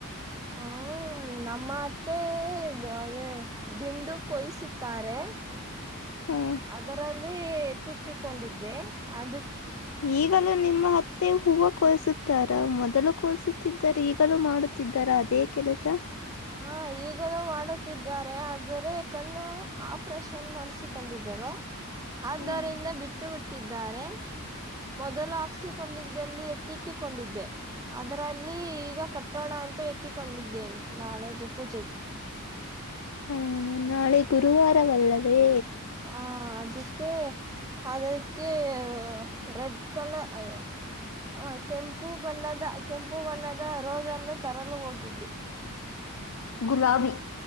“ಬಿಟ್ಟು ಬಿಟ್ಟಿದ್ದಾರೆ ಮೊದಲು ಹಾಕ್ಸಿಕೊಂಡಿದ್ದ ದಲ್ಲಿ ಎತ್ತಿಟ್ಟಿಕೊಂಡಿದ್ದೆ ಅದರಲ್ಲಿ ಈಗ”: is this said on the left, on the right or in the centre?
Right